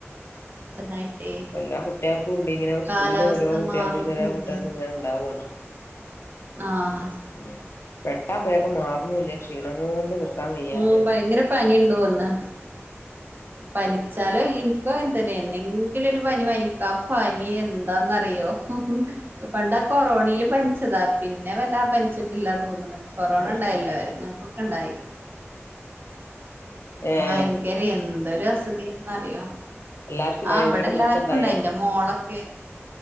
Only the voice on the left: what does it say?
പ്പല്ലാ കുട്ടിയേക്കും ഉണ്ട് ഇങ്ങനെ
സ്കൂൾന്ന് ഓരോ കുട്ടിയാൾതീന്ന്
<unintelligible>
കുട്ട്യേക്ക്ങ്ങനെണ്ടാവാണ്.
ഉം പെട്ട മേഗം മാറുണുല്യ ക്ഷീണംങ്ങോ ണ്ട് നിക്കാൻ വയ്യാന്നറീണ്ട്
ഉം.
അത് ശരി
ഏഹ്
എല്ലാർക്കും ഉണ്ടായ
വീട്
മൊത്തം ഉണ്ടായാ